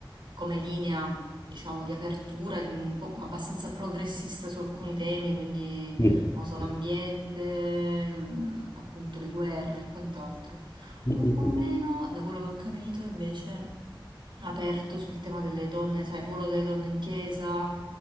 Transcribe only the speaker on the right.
come linea, diciamo, di apertura, di un po' abbastanza progressista su alcuni temi, quindi,
non so, l'ambiente, mh, appunto le guerre e quant'altro.
Un
po'
meno,
da quello che ho capito, invece, aperto sul tema delle donne, sai, il ruolo delle donne in chiesa,